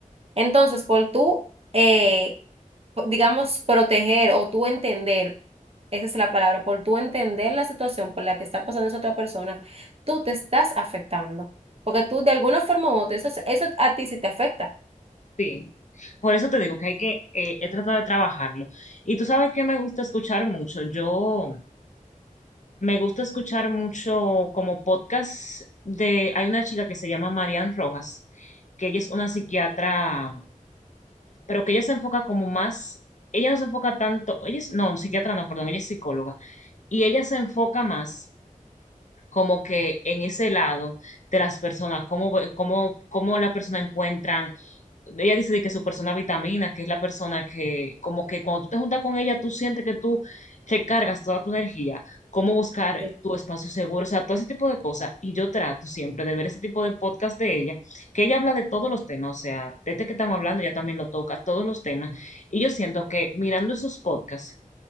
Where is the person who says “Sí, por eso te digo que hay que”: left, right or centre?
Left